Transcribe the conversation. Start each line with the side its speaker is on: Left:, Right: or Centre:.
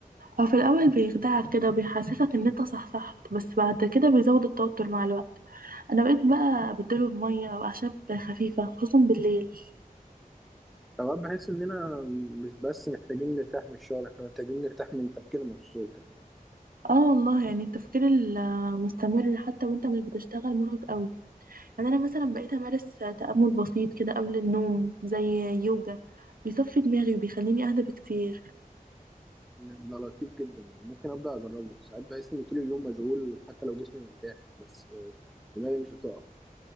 Right: هو في الاول بيخدعك كده وبيحسسك ان انت صحصحت بس بعد كده بيزود التوتر مع الوقت انا بقيت بقى ابدله بميه او اعشاب خفيفه خصوصا بالليل
Centre: اوقات بحس اننا مش بس محتاجين نرتاح من الشغل احنا محتاجين نرتاح من تفكيرنا في الشغل كمان
Right: اه والله يعني التفكير المستمر حتى وانت مش بتشتغل مرهق قوي يعني انا مثلا بقيت امارس تامل بسيط كده قبل النوم زي يوجا بيصفي دماغي وبيخليني اهدى بكتير
Centre: ده لطيف جدا ممكن ابدا اجربه ساعات بحس ان طول اليوم مشغول حتى لو جسمي مرتاح بس آه، دماغي مش بتقف